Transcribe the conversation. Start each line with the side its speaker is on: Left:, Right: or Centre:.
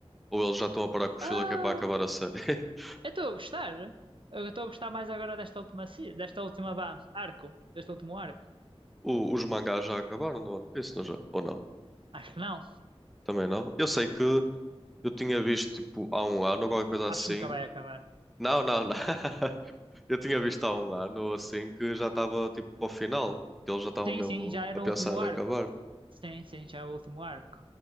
Centre: Ou eles já estão a parar com o
Right: Ah,
Centre: filler que é para acabar a série? <laughs>
Right: eu estou a gostar. Eu estou a gostar mais agora desta última, se- desta última ba- arco, deste último arco.
Centre: O- os mangás já acabaram do One Piece, não já? Ou não?
Right: Acho que não.
Centre: Também não? Eu sei que eu tinha visto tipo há um ano, ou qualquer coisa
Right: Acho
Centre: assim.
Right: que nunca vai acabar.
Centre: Não, não, não. <laughs> Eu tinha visto há um ano ou assim que já estava tipo para o final, que eles já estavam
Right: Sim,
Centre: mesmo
Right: sim, já é
Centre: a
Right: no
Centre: pensar
Right: último
Centre: em
Right: arco.
Centre: acabar.
Right: Sim, sim, já é o último arco.